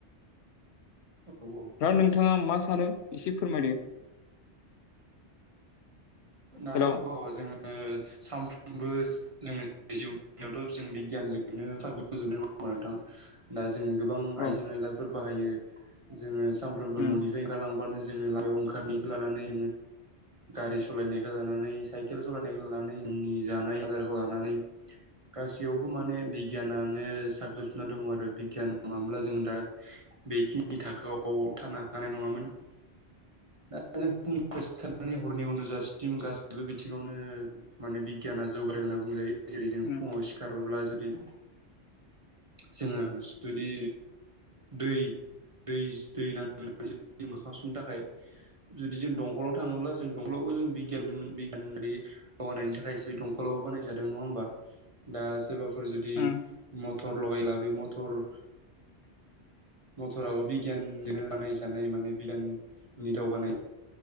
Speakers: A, on the right; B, on the left.
A: औ
B: दा नोंथाङा मा सानो एसे फोरमायदो
A: दाथ'
B: हेलौ
A: जोङो सानफ्रोमबो जोंनि जिउ खुंनायावथ' जों बिगियानजोंनो साग्लोजोबनाय नोंथां दा जोङो गोबां
B: औ
A: आइजें आयलाफोर बाहायो जोङो सामफ्रोमबो
B: उम
A: न'निफ्राय ओंखारलांबानो जोङो लामायाव ओंखारनायखौ लानानै गारि सु सालायनायखौ लानानै साइकेल सालायनायखौ लानानै जोंनि जानाय आदारखौ लानानै गासैयावबो माने बिगियानानो साग्लोबजोबना दङ आरो बिगियान नङाब्ला जों दा बेखिनि थाखोआव थानो हानाय नङामोन दा जों फुंनिफ्राय सिखारनानै हरनि उन्दुजा सिम गासिबो बिथिङावनो माने बिगियाना जौगादों होनना बुंजायो जेरै जों
B: उम
A: फुङाव सि खारोब्ला जुदि जोङो जुदि दै दै दै नांगोन दै मोखां सुनो थाखाय जुदि जों दंखलाव थाङोब्ला जों दंखलावबो जों बिगियानोमोन बिगियानारि दावगानायनि थाखायसो बे दंखलाबो बानायजादों नङा होमबा दा सोरबाफोर जुदि
B: उम
A: मटर लगायब्ला बे मटर मथराबो बिगियाननिनो बानाय जानाय माने बिगियाननि दावगानाय